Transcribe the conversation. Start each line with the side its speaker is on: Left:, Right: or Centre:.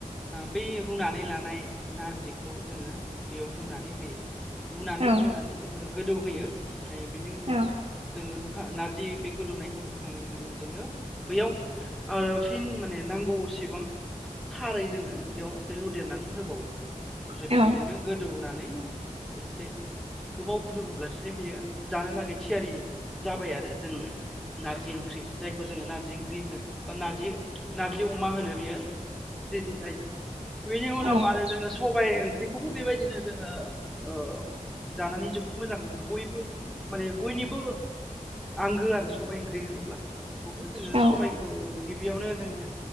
Centre: बै रुनानै लानाय नारजिखौ जोङो बेयाव लुनानै होयो। लुनानै
Right: औ
Centre: होनानै जोङो गोदौहोयो ओमफ्राय बिनि उनाव
Right: औ
Centre: जोङो खा नारजि बे गोदौनायखौ होखांनायनि उनाव जोङो बैयाव अ फिन माने नांगौ सेबां खारै जोङो बेयाव एसे लुदेरनानै होबावो ओमफ्राय
Right: औ
Centre: बेबायदिनो गोदौहोनानै से गोबाव गुदु होब्लासो थाय बियो जानोलागै थियारि जाबाय आरो जोंनो। नारजि ओंख्रि जायखौ जोङो नारजि ओंख्रि होनो। बा नारजि नार्जि अमा होनो बियो रेडि जायो। बेनि उनाव
Right: औ
Centre: आरो जोङो सबाय ओंख्रिखौबो बेबायदिनो जोङो अ जानानै जोबो मोजां मोनो बयबो माने बयनिबो आंगो आरो सबबाय ओंख्रि होनोब्ला बेखौबो जोङो
Right: औ
Centre: सबायखौ गिबियावनो जोङो